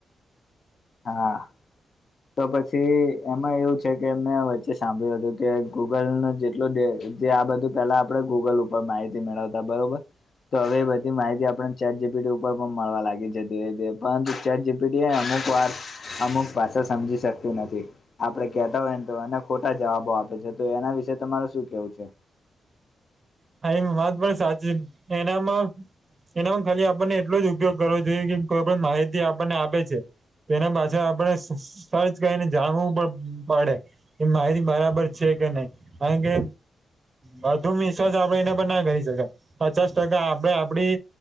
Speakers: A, on the left; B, on the right.
A: હા, તો પછી એમાં એવું કે મેં વચ્ચે સાંભળ્યું હતું કે ગૂગલ ન જેટલુ જે આ બધું પેલા આપડે ગૂગલ ઉપર માહિતી મેળવતા બરોબર. તો હવે એ બધી માહિતી આપણને ચેટ જી પી ટી ઉપર પણ મળવા લાગી છે ધીરે ધીરે પરંતુ ચેટ જી પી ટી અમુક વાર અમુક ભાષા સમજી શકતું નથી. આપડે કેતા હોય ને તો એને ખોટા જવાબો આપે છે તો એના વિશે તમાર શું કેવું છે?
B: હા એ વાત પણ સાચી એનામાં એનામાં ખાલી આપણને એટલો જ ઉપયોગ કરવો જોઈએ કે કોઈ પણ માહિતી આપણને આપે છે. તેના પાછળ આપણે સર્ચ કરીને જાણવું પણ પડે. એ માહિતી બરાબર છે કે નહી, કારણ કે વધુ મી આપણે એના પણ ના કરી શકે. પચાસ ટકા આપડે આપણી,